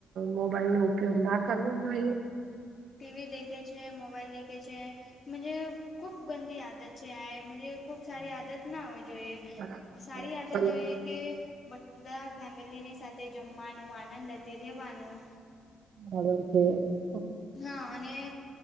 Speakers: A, on the right; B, on the left.
A: મોબાઈલ નો ઉપયોગ ના કરવો જોઈએ.
B: ટીવી દેખે છે મોબાઈલ દેખે છે. મુજે ખૂબ ગંદી આદત છે આજ ખૂબ સારી આદત ના હોય જોઈએ,
A: બરાબર
B: સારી
A: છે
B: આદત
A: તમે
B: જોઈએ. કે, બધા ફેમિલીની સાથે જમવાનું આનંદથી રહેવાનું.
A: અર કે. <unintelligible>
B: હા અને